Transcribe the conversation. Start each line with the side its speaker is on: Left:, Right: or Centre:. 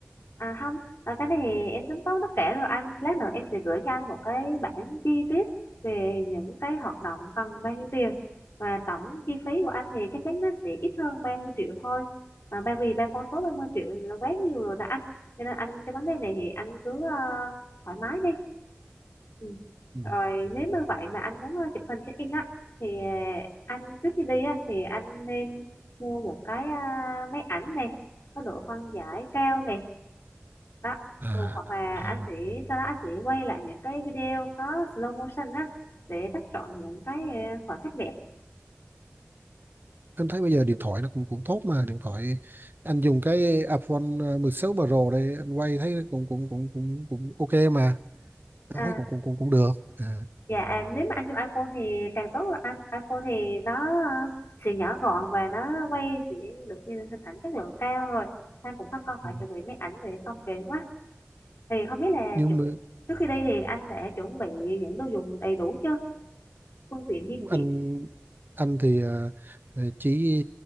Left: À không, à, cái này thì em tính toán tất cả rồi anh. Lát nữa em sẽ gửi cho anh một cái bảng chi tiết về những cái hoạt động cần bao nhiêu tiền. Và tổng chi phí của anh thì chắc chắn nó sẽ ít hơn 30 triệu thôi. À, bởi vì ba con số 30 triệu là quá nhiều rồi đó anh. Cho nên anh cái vấn đề này thì anh cứ ờ, thoải mái đi. Ừ.
Right: Ừ.
Left: Rồi nếu như vậy mà anh muốn ờ, chụp hình check-in á thì ờ, anh trước khi đi á thì anh nên mua một cái ờ, máy ảnh này có độ phân giải cao nè đó
Right: à,
Left: ừ, hoặc là
Right: à.
Left: anh sẽ sau đó anh sẽ quay lại những cái video có slow motion á để bắt chọn những cái ờ, khoảnh khắc đẹp
Right: anh thấy bây giờ điện thoại nó cũng cũng tốt mà điện thoại anh dùng cái iPhone à, 16 Pro đây anh quay thấy cũng cũng cũng cũng cũng ok mà anh
Left: à
Right: thấy cũng cũng cũng cũng được à.
Left: dạ à, nếu mà anh dùng iPhone thì càng tốt rồi anh iPhone thì nó ờ, sẽ nhỏ gọn và nó quay sẽ được như hình ảnh chất lượng cao rồi anh cũng không cần phải
Right: ừ.
Left: chuẩn bị máy ảnh để không kén quá thì không biết là
Right: nhưng
Left: chu-
Right: mà
Left: trước khi đi thì anh đã chuẩn bị những đồ dùng đầy đủ chưa phương tiện di chuyển
Right: anh anh thì à, ờ, chỉ